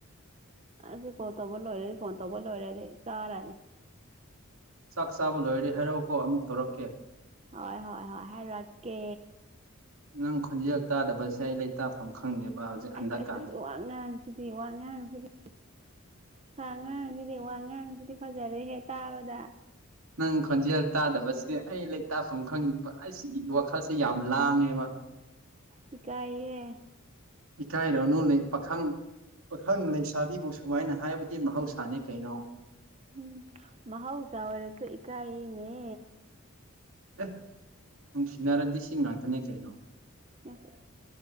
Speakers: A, on the right; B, on the right.
A: ꯑꯁꯤ ꯀꯣꯜ ꯇꯧꯕ ꯂꯣꯏꯔꯦꯗꯤ ꯐꯣꯟ ꯇꯧꯕ ꯂꯣꯏꯔꯦꯗꯤ ꯆꯥꯔꯅꯤ
B: ꯆꯥꯛ ꯆꯥꯕ ꯂꯣꯏꯔꯗꯤ ꯍꯥꯏꯔꯛꯑꯣꯀꯣ ꯑꯃꯨꯛ ꯇꯧꯔꯛꯀꯦ
A: ꯍꯣꯏ ꯍꯣꯏ ꯍꯣꯏ ꯍꯥꯏꯔꯛꯀꯦ
B: ꯅꯪ ꯈꯨꯣꯟꯖꯦꯜ ꯇꯥꯗꯕꯁꯦ ꯑꯩ ꯂꯩꯇꯥꯛꯐꯝ ꯈꯪꯗꯦꯕ ꯍꯧꯖꯤꯛ ꯍꯟꯗꯛꯀꯥꯟꯁꯦ
A: ꯑꯁ ꯑꯁ ꯑꯁ ꯋꯥ ꯉꯍꯥꯡꯁꯤꯗꯤ ꯋꯥ ꯉꯍꯥꯡꯁꯤꯗꯤ ꯁꯥ ꯉꯥꯡꯁꯤꯔꯦ ꯋꯥ ꯉꯥꯡꯁꯤꯗꯤ ꯐꯖꯔꯦ ꯍꯦꯛ ꯇꯥꯕꯗ
B: ꯅꯪ ꯈꯣꯟꯖꯦꯜ ꯇꯥꯗꯕꯁꯦ ꯑꯩ ꯂꯩꯇꯥꯥꯛꯐꯝ ꯈꯪꯅꯤꯡꯕ ꯑꯁꯤꯒꯤ ꯋꯥꯈꯜꯁꯦ ꯌꯥꯝ ꯂꯥꯡꯉꯦꯕ
A: ꯆꯀꯥꯏꯌꯦ
B: ꯏ ꯀꯥꯏꯔꯣ ꯅꯣꯂꯤ ꯄꯥꯈꯪ ꯄꯥꯈꯪ ꯂꯩꯁꯥꯕꯤꯕꯨ ꯁꯨꯃꯥꯏꯅ ꯍꯥꯏꯕꯗꯤ ꯃꯍꯧꯁꯥꯅꯤ ꯀꯩꯅꯣ
A: ꯎꯝ ꯃꯍꯥꯎ ꯆꯥꯔꯁꯨ ꯏꯀ ꯏꯅꯦ
B: ꯑꯦ ꯅꯨꯡꯁꯤꯅꯔꯗꯤ ꯁꯤ ꯉꯥꯛꯇꯅꯦ ꯀꯩꯅꯣ
A: ꯑꯁꯁ